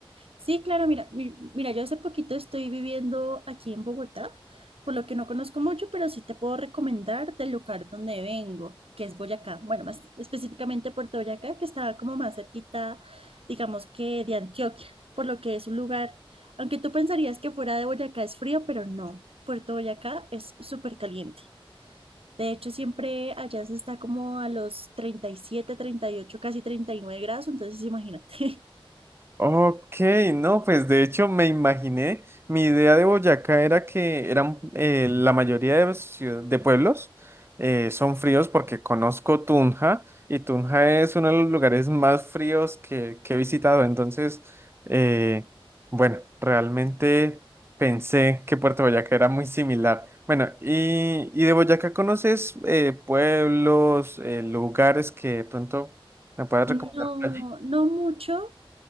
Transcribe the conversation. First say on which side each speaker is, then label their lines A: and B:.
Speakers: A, on the right (about 80°); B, on the right (about 25°).
A: Sí, claro, mira, mi- mira, yo hace poquito estoy viviendo aquí en Bogotá, por lo que no conozco mucho, pero sí te puedo recomendar del lugar donde vengo, que es Boyacá, bueno, más específicamente Puerto Boyacá, que está como más cerquita, digamos que de Antioquia, por lo que es un lugar, aunque tú pensarías que fuera de Boyacá es frío, pero no, Puerto Boyacá es súper caliente. De hecho, siempre allá se está como a los treinta treinta y siete, treinta y ocho, casi 39 grados, entonces imagínate.
B: Ok, no, pues de hecho me imaginé, mi idea de Boyacá era que eran eh, la mayoría de, ciu- de pueblos eh, son fríos porque conozco Tunja y Tunja es uno de los lugares más fríos que, que he visitado, entonces, eh, bueno, realmente pensé que Puerto Boyacá era muy similar. Bueno, y, y de Boyacá conoces eh, pueblos, eh, lugares que de pronto me puedas
A: No,
B: recomendar. por allí.
A: no mucho,